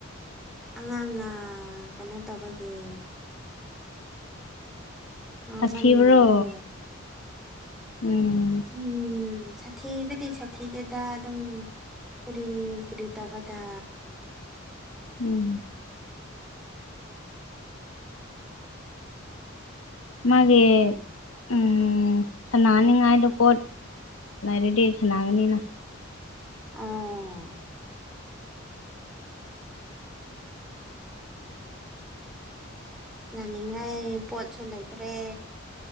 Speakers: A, in the centre; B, on the left.
A: ꯑꯉꯥꯡꯅ ꯀꯩꯅꯣ ꯇꯧꯕꯒꯤ ꯉꯥꯎꯃꯟꯕꯒꯤ
B: ꯁꯥꯊꯤꯕ꯭ꯔꯣ
A: ꯂꯩ
B: ꯎꯝ
A: ꯎꯝ ꯁꯥꯊꯤꯕꯗꯤ ꯁꯥꯊꯤꯗꯦꯗꯥ ꯑꯗꯨꯝ ꯀꯔꯤ ꯀꯔꯤ ꯇꯧꯕꯗ
B: ꯎꯝ ꯃꯥꯒꯤ ꯎꯝ ꯁꯥꯅꯅꯤꯉꯥꯏꯗꯣ ꯄꯣꯠ ꯂꯩꯔꯗꯤ ꯁꯅꯥꯒꯅꯤꯅ
A: ꯑꯣ ꯁꯥꯟꯅꯅꯤꯉꯥꯏ ꯄꯣꯠꯁꯨ ꯂꯩꯇ꯭ꯔꯦ